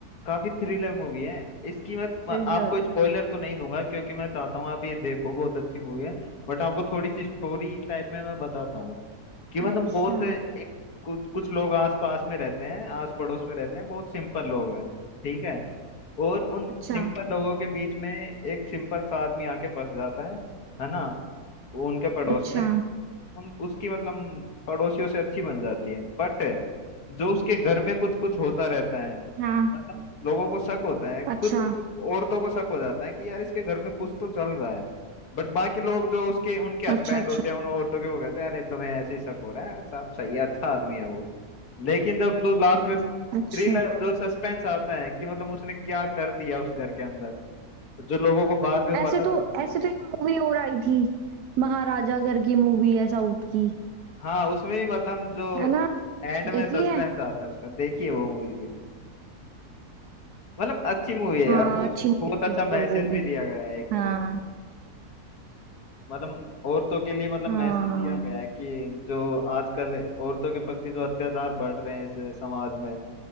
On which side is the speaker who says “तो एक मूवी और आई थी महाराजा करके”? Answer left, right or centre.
Right